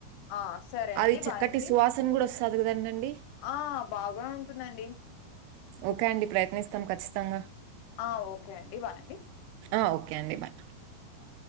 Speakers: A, on the left; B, on the right.
A: ఆ సరే అండి
B: మరి చక్కటి
A: బాయ్ అండి
B: సువాసన కూడా వస్తుంది కదండి
A: ఆ బాగా ఉంటుందండి
B: ఓకే అండి ప్రయత్నిస్తాం ఖచ్చితంగా
A: ఆ ఓకే అండి బాయ్ అండి
B: ఆ ఓకే అండి బాయ్
A: అ